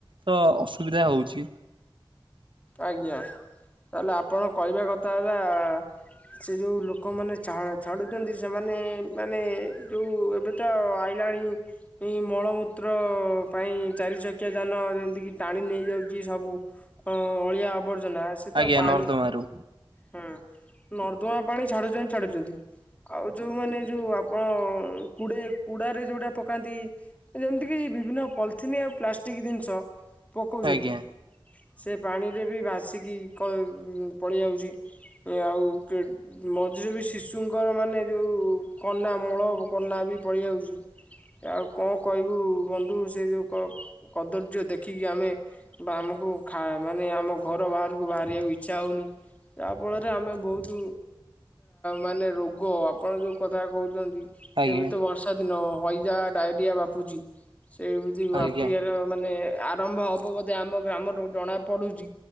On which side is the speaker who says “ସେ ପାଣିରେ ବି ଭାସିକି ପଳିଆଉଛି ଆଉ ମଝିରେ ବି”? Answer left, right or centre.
Left